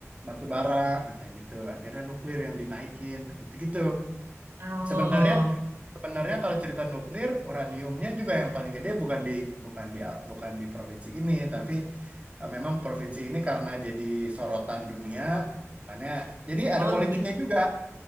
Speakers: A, on the right; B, on the right.
A: batu bara, nah kayak gitu. Akhirnya nuklir yang dinaikin, gitu-gitu.
B: Oh,
A: Sebenarnya Sebenarnya kalau cerita nuklir, uraniumnya juga yang paling gede bukan di bukan di bukan di provinsi ini, tapi eh, memang provinsi ini karena jadi sorotan dunia, makanya jadi ada
B: oh
A: politiknya
B: gitu.
A: juga.